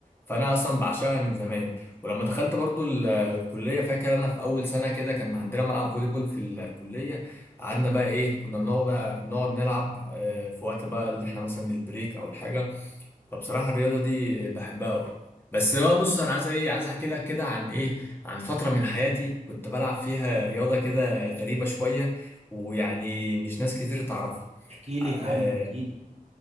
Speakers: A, on the left; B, on the right.
A: فأنا أصلا بعشقها من زمان ولما دخلت برضو الكلية فاكر أنا في أول سنة كده كان عندنا ملعب فولي بول في الكلية قعدنا بقى إيه كنا بنقعد بقى نقعد نلعب آه، في وقت بقى اللي إحنا مثلا البريك أو الحاجة فبصراحة الرياضة دي بحبها أوي بس بقى بص أنا عايز إيه عايز أحكي لك كده عن إيه عن فترة من حياتي كنت بلعب فيها رياضة كده غريبة شوية ويعني مش ناس كتير تعرفها
B: احكي لي يا عم
A: آه،
B: احكي لي